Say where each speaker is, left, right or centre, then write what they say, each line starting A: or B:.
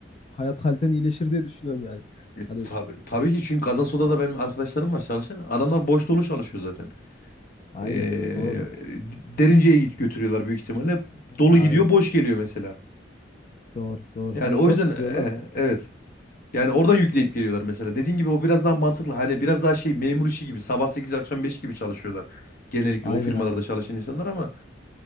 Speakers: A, on the left; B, on the left.
A: hayat haliten iyileşir diye düşünüyorum yani.
B: E,
A: Hani
B: tabii, tabii ki çünkü Kazansoda'da
A: e,
B: benim arkadaşlarım var çalışan. Adamlar boş dolu çalışıyor zaten.
A: aynen
B: Ee,
A: doğru.
B: derince'ye git götürüyorlar büyük ihtimalle. Dolu
A: Aynen
B: gidiyor boş geliyor mesela.
A: doğru doğru.
B: Yani
A: Aynen
B: o
A: boş
B: yüzden
A: gidiyorlar.
B: e, evet. Yani oradan yükleyip
A: Ya,
B: geliyorlar mesela. Dediğin gibi o biraz daha mantıklı. Hani biraz daha şey memur işi gibi sabah 8 akşam 5 gibi çalışıyorlar. Genellikle
A: aynen
B: o firmalarda
A: aynen.
B: çalışan insanlar ama